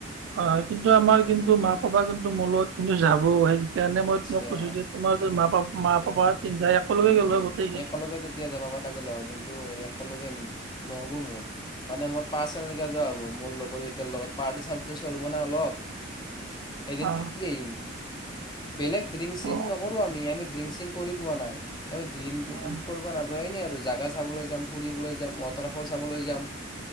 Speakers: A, on the right; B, on the left.
A: হয় হয় কিন্তু আমাৰ
B: উম,
A: কিন্তু মা পাপা কিন্তু মোৰ লগত। কিন্তু যাব সেই কাৰণে মই
B: আচ্ছা
A: তোমাক কৈছো যে তোমাৰ মা পাপ মা পাপা। তিনিটাই একেলগে
B: উম
A: গ'লো হয় গোটেইখিনি
B: একেলগে তেতিয়া যাব লাগিল হয় কিন্তু একেলগে নহ'ব মোৰ। মানে মোৰ পাৰ্চনেলকে যোৱা হ'ব। মোৰ লগৰ কেইটাৰ লগত পাৰ্টি চাৰ্টি চলিব না অলপ। এদিন
A: অ
B: থাকি আহিম। বেলেগ ড্ৰিং চিং
A: অ
B: নকৰোঁ আমি আমি ড্ৰিংক চিং কৰি পোৱা নাই আমি ড্ৰিং
A: উম
B: কৰিব না। নে আৰু জাগা চাবলৈ যাম ফুৰিবলৈ যাম ৱাটাৰফল চাবলৈ যাম।